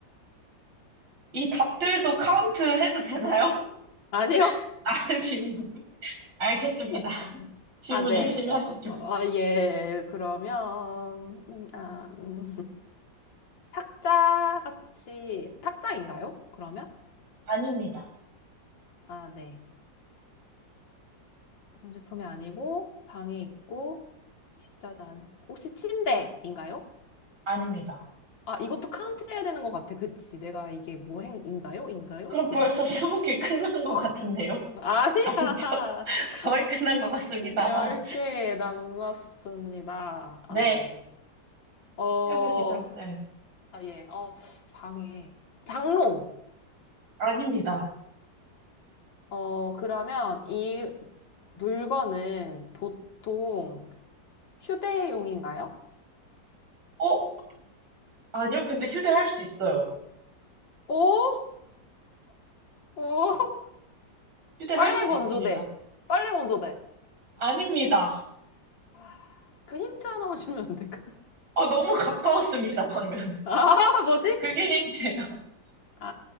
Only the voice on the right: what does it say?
이 답들도 카운트 해도 되나요?
<laughs> 아닙니다. 알겠습니다.
질문
열심히 하시죠.
아닙니다.
아닙니다.
그럼
벌써 스무 개 끝난 것 같은데요?
아니죠? <laughs>
거의 끝난 것 같습니다만.
네.
해보시죠. 네.
아닙니다.
어? 아니요, 근데 휴대할 수 있어요.
휴대할
수
있습니다.
아닙니다.
어, 너무 가까웠습니다, 방금.
그게 힌트예요.